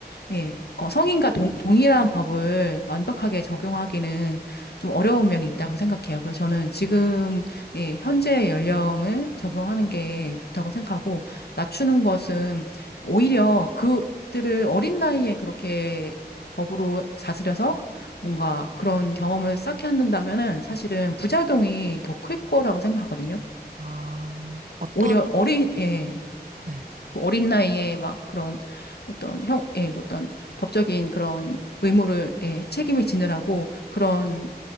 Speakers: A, on the left; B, on the right.
A: 예, 어, 성인과 동, 동일한 법을 완벽하게 적용하기는 좀 어려운 면이 있다고 생각해요. 그래서 저는 지금, 예, 현재의 연령을 적용하는 게 좋다고 생각하고, 낮추는 것은 오히려 그들을 어린 나이에 그렇게 법으로 다스려서 뭔가 그런 경험을 쌓게 한다면은 사실은 부작용이 더 클 거라고 생각하거든요.
B: 아, 어떤,
A: 오히려 어린, 예,
B: 네.
A: 뭐 어린 나이에 막 그런 어떤 형, 예, 뭐 어떤 법적인 그런 의무를, 예, 책임을 지느라고 그런